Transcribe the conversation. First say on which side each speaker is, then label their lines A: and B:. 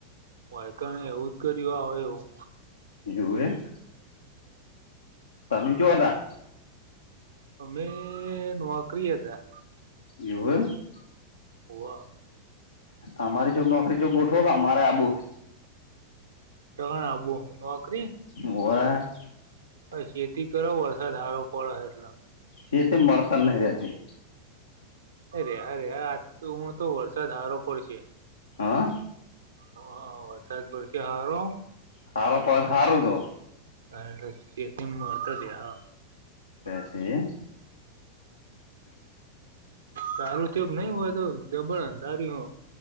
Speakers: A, on the right; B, on the left.
A: હોય કાંઈ એવું જ કર્યું આવે એવું,
B: યુવેઈટ. તમે હજું અદા
A: અમે નોકરીએ હતા.
B: વું <inaudible>
A: હોવા.
B: અમારી ચક નોકરી ચક ગોઠો અમારે આબુ હો,
A: તમારે આબુ નોકરીજ.
B: બવે <inaudible>
A: ખેતી કરો વરસાદ હારો પડે એટલે,
B: ખેતી મળતાર ન રેહતી.
A: રેહા રેહા આજ તો ઓણ તો વરસાદ હારો પડશે.
B: હા.
A: હ વરસાદ પડશે હારો,
B: હારોપળ હારુ તો.
A: કાર ખેતી વર્તદેહ.
B: પેસે.
A: સારું થયોગ નહીં હોય તો જ બળ અંધારી હો.